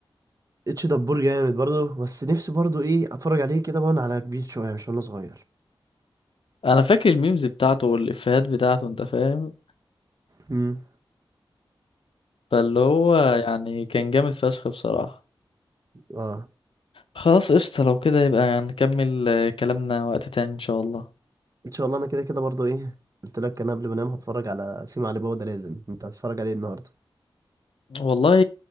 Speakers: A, on the right; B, on the left.
A: اتش دبور جامد برضه بس نفسي برضه ايه اتفرج عليه كده وانا على كبير شويه مش وانا صغير
B: انا فاكر الميمز بتاعته والافيهات بتاعته انت فاهم
A: امم
B: فاللي هو يعني كان جامد فشخ بصراحة
A: اه
B: خلاص قشطة لو كده يبقى نكمل آه، كلامنا وقت تاني ان شاء الله
A: ان شاء الله انا كده كده برضو ايه قلت لك انا قبل ما انام هتفرج على سيما علي بابا ده لازم انت هتتفرج عليه النهارده
B: والله